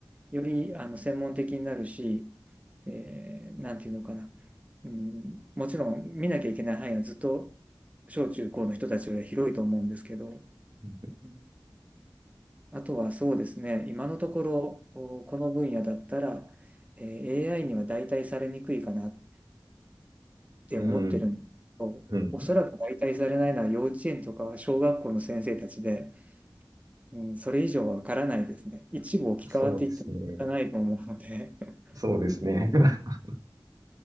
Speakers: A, on the right; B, on the right.
A: よりあの専門的になるし、えーなんていうのかな、うん、もちろん見なきゃいけない範囲はずっと小中高の人たちより広いと思うんですけど、
B: うん、
A: うんあとはそうですね、今のところおこの分野だったら、えー AI には代替されにくいかなって思ってるんですけどおそらく代替されないのは幼稚園とか小学校の先生たちで、
B: うん、うん、
A: うん、それ以上はわからないですね。一部置き換わっていってもわからないと思うので。
B: そうですね。そうですね。
A: <laughs> うん
B: <laughs>